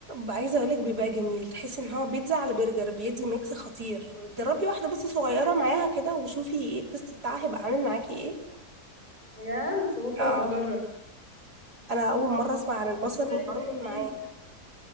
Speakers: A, on the right; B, on the left.
A: عايزه اقول لك بيبقى جميل تحسي ان هو بيتزا على برجر بيدي ميكس خطير جربي واحده بس صغيره معاها كده وشوفي ايه التست بتاعها هيبقى عامل معاكي ايه
B: بجد ممكن
A: اه
B: ابقى اجرب
A: انا اول مره اسمع عن البصل
B: وانت طيب
A: المكرمل
B: ايه
A: معاه
B: اللي-